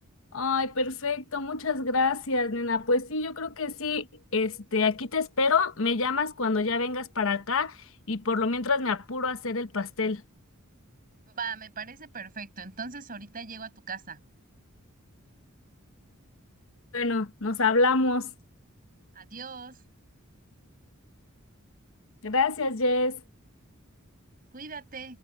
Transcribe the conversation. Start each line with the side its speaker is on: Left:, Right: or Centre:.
Left: Ay, perfecto, muchas gracias, nena. Pues sí, yo creo que sí. Este, aquí te espero, me llamas cuando ya vengas para acá y por lo mientras me apuro a hacer el pastel.
Right: Va, me parece perfecto. Entonces, ahorita llego a tu casa.
Left: Bueno, nos hablamos.
Right: Adiós.
Left: Gracias, Jess.
Right: Cuídate.